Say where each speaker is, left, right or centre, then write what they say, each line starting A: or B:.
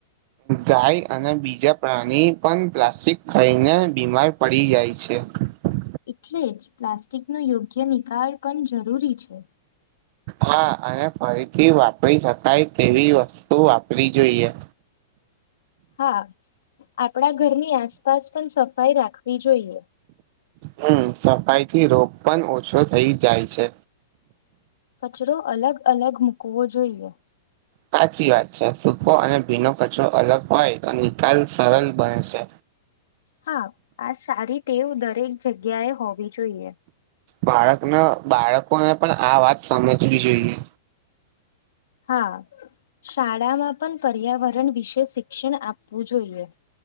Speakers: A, on the right; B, on the left.
A: ગાય અને બીજા પ્રાણી પણ પ્લાસ્ટિક ખાઈને બીમાર પડી જાય છે. જ
B: એટલે જ પ્લાસ્ટિક નો યોગ્ય નિકાલ પણ જરૂરી છે.
A: હા, અને ફરીથી વાપરી શકાય, તેવી વસ્તુ તો વાપરી જોઈએ
B: હા આપણા ઘરની આસપાસ પણ સફાઈ રાખવી જોઈએ.
A: હમ, સફાઈ થી રોગ પણ ઓછો થઈ, જાય છે.
B: કચરો અલગ, અલગ મૂકવો જોઈએ
A: સાચી વાત છે, સૂકો અને ભીનો કચરો અલગ હોય, તો નિકાલ સરળ બને છે.
B: હા, આ સારી ટેવ, દરેક જગ્યાએ હોવી, જોઈએ
A: બાળકને, બાળકોને પણ આ વાત સમજવી જોઈએ.
B: હા. શાળામાં પણ પર્યાવરણ વિશે શિક્ષણ આપવું જોઈએ.